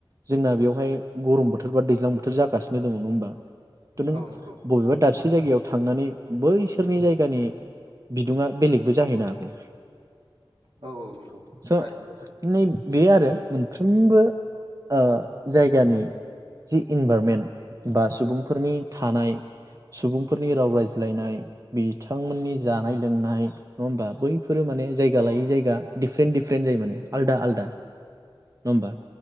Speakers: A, on the right; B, on the right.
A: जोंना बेवहाय गरम बोथोर बा दैज्लां बोथोर जा लोगो हमो हमबा थनों
B: औ नंगौ
A: बबेबा दबसे जायगायाव थांनानै बैसोरनि जायगानि बिदुङा बेलेगबो जाहैनो हागौ
B: औ औ नंगौ
A: स'
B: थारैनो बाथ्रा।
A: नै बे आरो मोनफ्रोमबो ओ जायगानि जि इनभरमेन्ट बा सुबुंफोरनि थानाय सुबुंफोरनि राव रायज्लायनाय बिथांमोननि जानाय लोंनाय नङा होमबा बै बेफोर मे जायगा
B: औ
A: लायै
B: औ
A: जाया
B: नंगौ
A: डिपरेन्ट डि फ्रेन्ड जायो माने आलदा आलदा। नङ होमबा